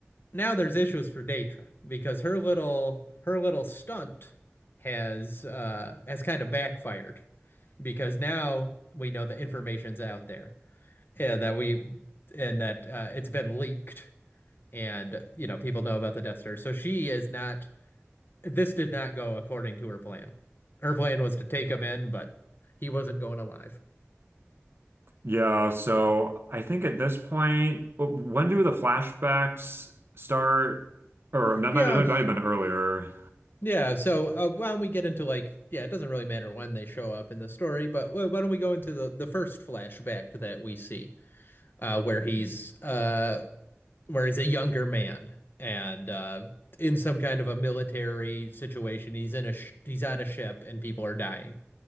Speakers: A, on the left; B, on the right.
A: now there's issues for Daedra because her little her little stunt has uh has kind of backfired because now we know the information's out there. Yeah, that we and that uh, it's been leaked and you know people know about the Death Star. So she is not this did not go according to her plan. Her plan was to take him in, but he wasn't going alive.
B: Yeah. So I think at this point, when do the flashbacks start? Or that
A: Yeah,
B: might, that might have been earlier.
A: yeah. So uh, why don't we get into like, yeah, it doesn't really matter when they show up in the story, but wh- why don't we go into the the first flashback that we see, uh, where he's uh where he's a younger man and uh in some kind of a military situation. He's in a sh he's on a ship and people are dying.